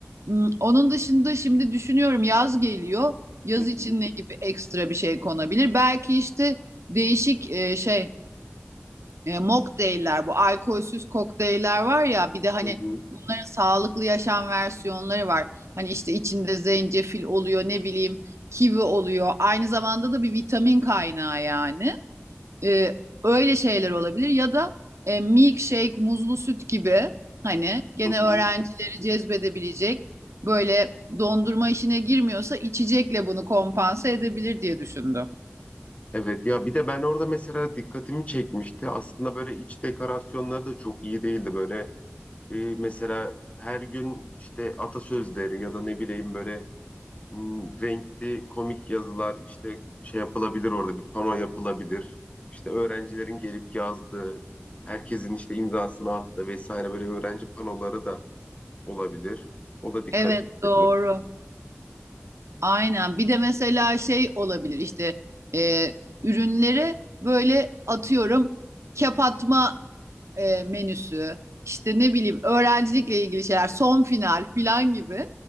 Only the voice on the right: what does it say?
Hmm, Onun dışında şimdi düşünüyorum yaz geliyor. Yaz
için
ne gibi ekstra bir şey konabilir? Belki işte değişik e, şey e, mocktailler bu alkolsüz kokteyller var ya bir de hani
bunların sağlıklı yaşam versiyonları var. Hani işte içinde zencefil oluyor ne bileyim kivi oluyor. Aynı zamanda da bir vitamin kaynağı yani. E, öyle şeyler olabilir ya da e, milkshake, muzlu süt gibi hani gene
öğrencileri cezbedebilecek böyle dondurma işine girmiyorsa içecekle bunu kompanse edebilir diye düşündüm.
Evet doğru.
Aynen. Bir de mesela şey olabilir işte e, ürünleri böyle atıyorum kep atma e, menüsü, işte ne bileyim öğrencilikle ilgili şeyler, son final filan gibi.